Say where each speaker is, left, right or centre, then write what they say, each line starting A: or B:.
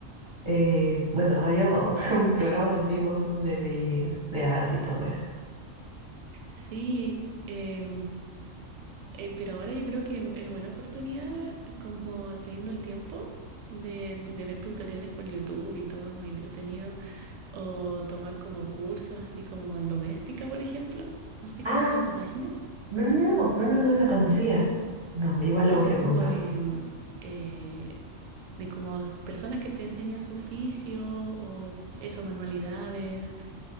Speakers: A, on the right (about 30°); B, on the right (about 80°).
A: eh, bueno, había <laughs> programas antiguos, ¿no? Donde veía de arte y todo eso.
B: Sí, eh, Eh, pero ahora yo creo que es es buena oportunidad, como teniendo el tiempo, de, de ver tutoriales por YouTube y todo es muy entretenido. O tomar como cursos, así como en doméstica, por ejemplo. No sé si
A: Ah,
B: conoces esa página,
A: no, no, no, no, no, no la conocía. No, igual
B: que
A: la voy
B: esa
A: a
B: es
A: apuntar.
B: como de, eh, de como personas que te enseñan su oficio o eso, manualidades.